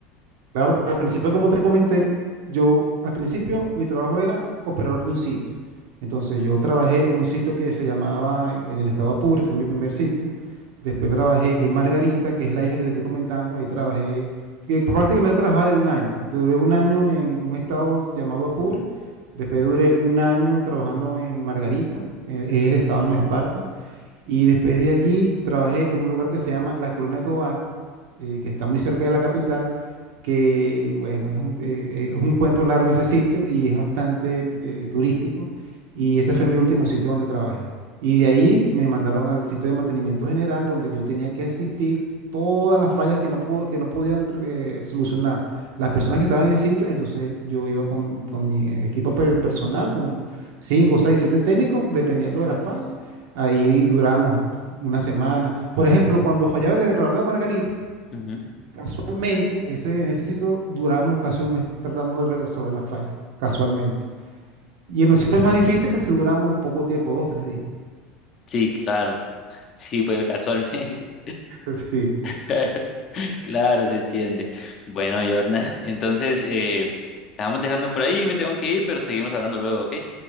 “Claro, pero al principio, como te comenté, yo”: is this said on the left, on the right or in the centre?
Right